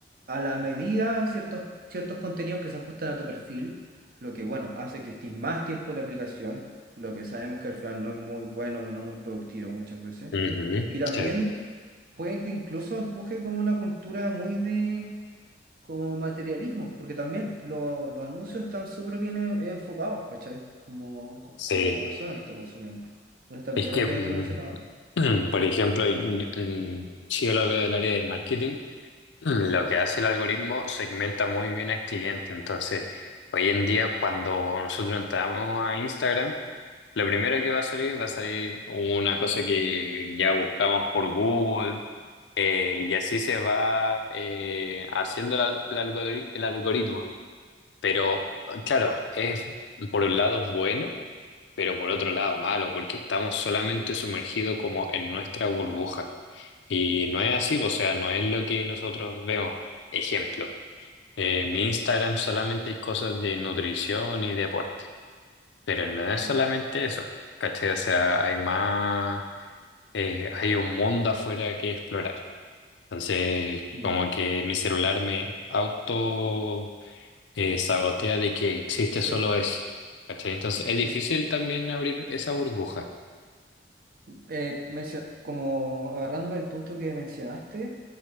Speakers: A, on the right (about 55°); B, on the left (about 80°).
A: a la medida ciertos, ciertos contenidos que se ajustan a tu perfil, lo que bueno, hace que estés más tiempo en la aplicación, lo que sabemos que al final no es muy bueno, no muy productivo muchas veces.
B: Ujú.
A: Y también
B: Sí.
A: puede que incluso empuje como una cultura muy de como materialismo, porque también lo- los anuncios están súper bien en- enfocados, ¿cachai? Como, co-
B: Sí.
A: como la persona que está consumiendo. Entonces también
B: Es
A: lo
B: que,
A: veo negativo
B: mm,
A: en ese lado.
B: <clears throat> por ejemplo, yo, en- si yo lo veo del área de marketing, mm, lo que hace el algoritmo segmenta muy bien al cliente. Entonces, hoy en día, cuando nosotros entramos a Instagram, Lo primero que va a salir va a salir una cosa que ya buscamos por Google eh, y así se va eh, haciendo el, al- el algori- el algoritmo. Pero claro, es por un lado bueno, pero por otro lado malo, porque estamos solamente sumergidos como en nuestra burbuja. Y no es
A: Mm,
B: así, o sea, no es lo que nosotros vemos. Ejemplo, eh, mi Instagram solamente hay cosas de nutrición y deporte. Pero no es
A: ya.
B: solamente eso, ¿cachai? O sea, hay más, eh, hay un mundo afuera que explorar. Entonces,
A: Mm.
B: como que mi celular me auto eh, sabotea de que existe
A: Sí,
B: solo eso, ¿cachai? Entonces, es
A: sí.
B: difícil también abrir esa burbuja.
A: Eh, mencio- como agarrándome el punto que mencionaste,